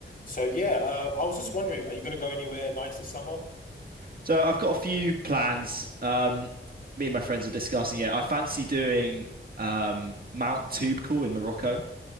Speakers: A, on the left; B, on the right.
A: So yeah, uh, I was just wondering, are you going to go anywhere nice this summer?
B: So I've got a few plans. Um, me and my friends are discussing it. I fancy doing um, Mount Toubkal in Morocco.